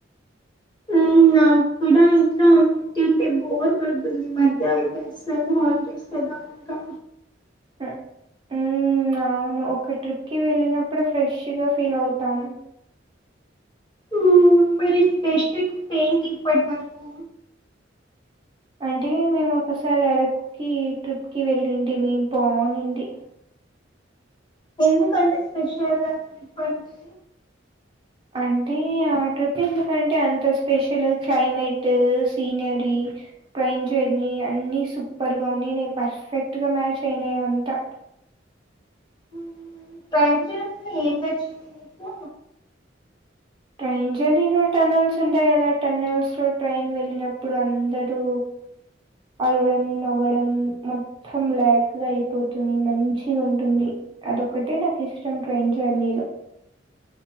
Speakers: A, on the left (about 25°); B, on the right (about 25°).
A: ఊ నాకు కూడా ఇంట్లో ఉంటుంటే బోర్ కోడుతుంది ఈ మధ్య అయిపో అసలు హాలిడేస్ కదా నాకా
B: కా ఊ ఉమ్ అవునా ఒక ట్రిప్ కి వెళ్ళినప్పుడే ఫ్రెష్గా ఫీల్ అవుతాం
A: ఊ మరి నీ బెస్ట్ అట్ పెయింట్ ఇప్పటి వరకు
B: అంటే మేము ఒకసారి అరకుకి ట్రిప్కి వెళ్ళింటిమీ బాగుంది
A: ఎందుకంటే స్పెషల్ ఆ ట్రిప్ అంటే
B: అంటే ఆ ట్రిప్ ఎందుకంటే అంత special climate scenery train journey అన్ని సూపర్ గా ఉన్నిన్నాయి పర్ఫెక్ట్ గా మ్యాచ్ అయినాయ్ అదంతా
A: ఉ ట్రైన్ జర్నీ ఏమి నచ్చింది నీకు
B: ట్రైన్ జర్నీలో టనల్స్ ఉంటాయి కదా టనల్స్ లో ట్రైన్ వెళ్ళినప్పుడు అందరు అరవడం నవ్వడం మొత్తం బ్లాక్ గా అయిపోతుంది మంచిగా ఉ ఉంటుంది అదొక్కటే నాకు ఇష్టం ట్రైన్ జర్నీలో